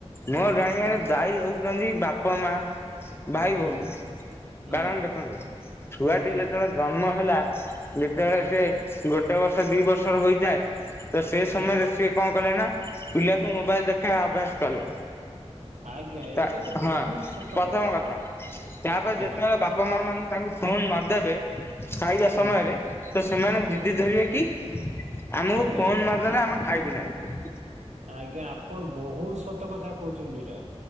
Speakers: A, on the left; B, on the right.
A: ମୋ ଜାଣିବାରେ
B: ହୁଁ
A: ଦାୟୀ ହଉଛନ୍ତି ବାପା ମା। ଭାଇ ଭଉଣୀ
B: ହୁଁ ହୁଁ
A: କାରଣ ଦେଖନ୍ତୁ। ଛୁଆଟି
B: ହୁଁ
A: ଯେତେବେଳେ ଜନ୍ମ ହେଲା ଦେ ଯେତେବେଳେ
B: ହୁଁ
A: ସିଏ ଗୋଟେ ବର୍ଷ ଦି ବର୍ଷ ହୋଇଥାଏ ତ ସେ ସମୟରେ
B: ହୁଁ
A: ସିଏ କଣ କଲେ ନା ପିଲାକୁ ମୋବାଇଲ ଦେଖେଇବା ଅଭ୍ୟାସ କଲେ।
B: ଆଜ୍ଞା ଏଇଟା
A: ତା
B: ତ
A: ହଁ
B: ବହୁତ ସତ
A: ପ୍ରଥମ କଥା ତାପରେ
B: ଆଜ୍ଞା
A: ଯେତେବେଳେ ବା ବାପା ମାଆ ମାନେ ତାଙ୍କୁ ଫୋନ୍ ନଦେବେ ଖାଇବା
B: ହୁଁ
A: ସମୟରେ ତ ସେମାନେ
B: ହୁଁ
A: ଜି କରିବାକି ଆମକୁ
B: ଆଜ୍ଞା
A: ଫୋନ
B: ଆଜ୍ଞା
A: ନଦେଲେ ଆମେ ଖାଇବୁ ନାହିଁ।
B: ଆଜ୍ଞା ଆପଣ ବହୁତ ସତ କଥା କହୁଛନ୍ତି ଏଇଟା।